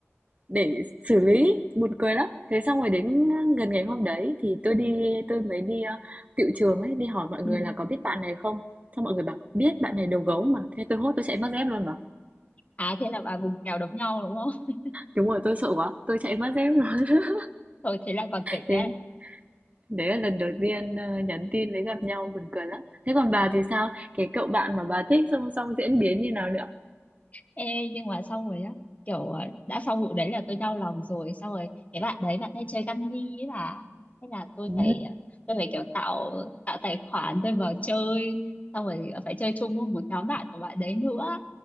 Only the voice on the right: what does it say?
để xử lý buồn cười lắm thế xong rồi đến ờ, gần ngày hôm đấy thì tôi đi tôi mới đi uh, tiệu trường ấy đi hỏi mọi người
là có biết bạn này không xong mọi người bảo biết bạn này đầu gấu mà thế tôi hốt tôi chạy mất dép luôn mà
đúng rồi tôi sợ quá tôi chạy mất dép luôn <laughs>
đến
đấy là lần đầu tiên ờ, nhắn tin với gặp nhau buồn cười lắm thế còn bà thì sao cái cậu bạn mà bà thích xong xong diễn biến như nào nữa
ừ.